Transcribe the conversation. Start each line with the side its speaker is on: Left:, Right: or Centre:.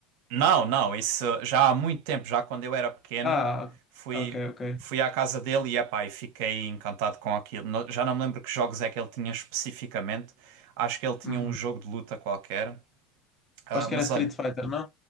Right: Não, não, isso já há muito tempo, já quando eu era pequeno,
Left: Ah,
Right: fui,
Left: ok, ok.
Right: fui à casa dele e, epá, e fiquei encantado com aquilo. No- Já não me lembro que jogos é que ele tinha especificamente. Acho que ele tinha
Left: Uhum.
Right: um jogo de luta qualquer. Ah,
Left: Acho
Right: mas
Left: que era Street
Right: olha,
Left: Fighter, não?